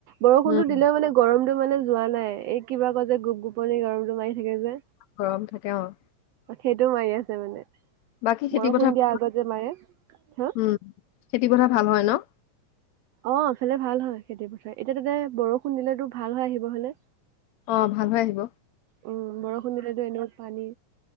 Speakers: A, on the right; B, on the left.
A: বৰুষুণতো
B: উম,
A: দিলে মানে গৰম মই মানে যোৱা নাই এই কিবা কে যে গোপ গোপনি মাৰি থাকে যে।
B: গৰম থাকে অহঁ
A: সেইটো মাৰি আছে মানে।
B: বাকী খেতি
A: বৰষুণ
B: পথাৰ।
A: দিয়াৰ আগত যে মাৰে হাঁ
B: উম, খেতি পথাৰ ভাল হয় নহঁ।
A: অ' ইফালে ভাল হয় খেতি পথাৰ। এতিয়া তাতে বৰষুণ দিলেতো ভাল হয় আহিব হলে।
B: অহঁ ভাল হৈ আহিব
A: উম বৰষুণ দিলেতো এনেও পানী